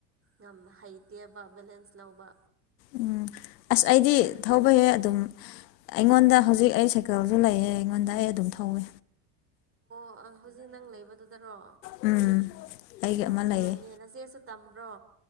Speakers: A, on the right (about 25°); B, on the left (about 85°).
A: ꯌꯥꯝꯅ ꯍꯩꯇꯦꯕ ꯕꯦꯂꯦꯟꯁ ꯂꯧꯕ
B: ꯎꯝ ꯑꯁ ꯑꯩꯗꯤ ꯊꯧꯕꯍꯦ ꯑꯗꯨꯝ ꯑꯩꯉꯣꯟꯗ ꯍꯧꯖꯤꯛ ꯑꯩ ꯁꯥꯏꯀꯜꯁꯨ ꯂꯩꯌꯦ ꯑꯩꯉꯣꯟꯗ ꯑꯩ ꯑꯗꯨꯝ ꯊꯧꯏ
A: ꯑꯣ ꯑ ꯍꯧꯖꯤꯛ ꯅꯪ ꯂꯩꯕꯗꯨꯗꯔꯣ
B: ꯎꯝ ꯑꯩꯒꯤ
A: ꯌꯥꯝ
B: ꯑꯃ
A: ꯅꯨꯡꯉꯥꯏꯅꯦ
B: ꯂꯩꯌꯦ
A: ꯅꯆꯦꯁꯨ ꯇꯝꯕ꯭ꯔꯣ